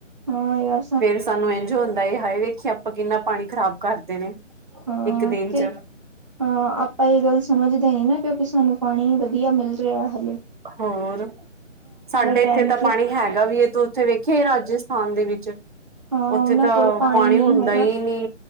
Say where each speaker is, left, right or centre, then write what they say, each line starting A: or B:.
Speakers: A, on the right; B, on the right.
A: ਹਾਂ ਯਾਰ
B: ਫੇਰ ਸਾਨੂੰ ਇੰਝ ਹੁੰਦਾ ਹ ਵੇਖੀਏ ਆਪਾਂ ਕਿੰਨਾ ਪਾਣੀ ਖ਼ਰਾਬ ਕਰਦੇ ਨੇ
A: ਹਾਂ
B: ਇੱਕ ਦਿਨ
A: ਤੇ
B: ਚ
A: ਅਹ ਆਪਾਂ ਇਹ ਗੱਲ ਸਮਝਦੇ ਹੀ ਨਾ ਕਿਉਂਕਿ ਸਾਨੂੰ ਪਾਣੀ ਵਧੀਆ ਮਿਲ ਰਿਹਾ ਹਾਲੇ
B: ਹੋਰ ਸਾਡੇ
A: ਟਾਈਮ
B: ਇੱਥੇ ਤਾਂ
A: ਚ
B: ਪਾਣੀ ਹੈਗਾ ਵੀ ਇਹ ਤੂੰ ਉੱਥੇ ਵੇਖੇ ਰਾਜ ਸਥਾਨ ਦੇ ਵਿੱਚ
A: ਹਾਂ
B: ਉੱਥੇ
A: ਉਹਨਾਂ
B: ਤਾਂ
A: ਕੋਲ
B: ਪਾਣੀ
A: ਨੀ
B: ਹੁੰਦਾ
A: ਹੈਗਾ
B: ਹੀ ਨੀ